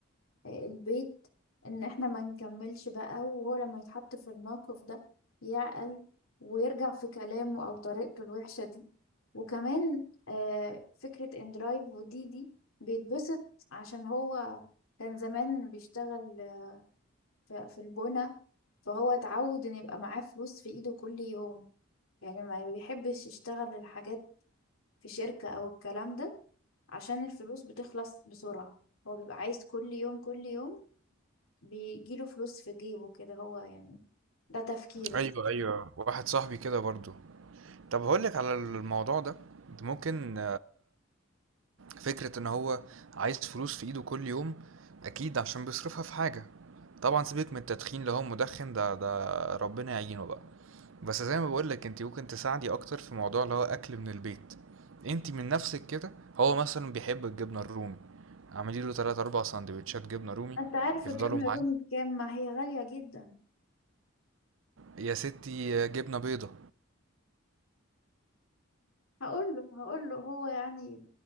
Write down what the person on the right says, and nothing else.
أيوة أيوة واحد صاحبي كده برضو طب هقولك على الموضوع ده ممكن فكرة إن هو عايز فلوس في إيده كل يوم أكيد عشان بيصرفها في حاجة طبعا سيبك من التدخين لو هو مدخن ده ده ربنا يعينه بقى بس زي ما بقولك انت ممكن تساعدي أكتر في موضوع اللي هو أكل من البيت انت من نفسك كده هو مثلا بيحب الجبنة الرومي اعملي له تلات أربع سندوتشات جبنة رومي
يفضلوا
معاه
يا ستي جبنة بيضة